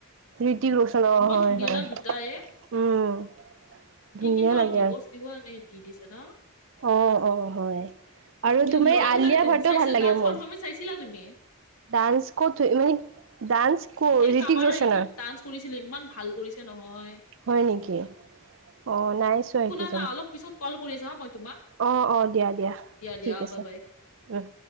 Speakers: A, on the right (about 60°); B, on the left (about 85°).
A: ঋতিক ৰোচনৰ
B: ইমান
A: হয়
B: ধুনীয়া
A: -হয়
B: না দুটায়ে
A: উম।
B: সি
A: ধুনীয়া
B: কিন্তু
A: লাগে।
B: <unintelligible> দি দিছে ন?
A: অ', অ', হয় আৰু
B: কিন্তু
A: টোমে
B: ল'ৰাকেইটা
A: আলিয়া ভাটও
B: চাইছিলা
A: ভাল লাগে
B: ডান্স
A: মোক।
B: পাৰফৰ্মেঞ্চ চাইছিলা তুমি
A: ডান্স কথ হয় মানে ডান্স ক'ৰ
B: এই
A: ঋতিক
B: কাবাৰ
A: ৰোচনৰ
B: সেইটোত ডান্স কৰিছিলে ইমান ভাল কৰিছে নহয়
A: হয় নেকি? অ, নাই চোৱা সেইটোত
B: <unintelligible> না অলপ পিছত ক'ল কৰিছোঁ হা মই তোমাক।
A: অ', অ', দিয়া -দিয়া
B: দিয়া
A: ঠিক আছে
B: বাই বাই
A: উম।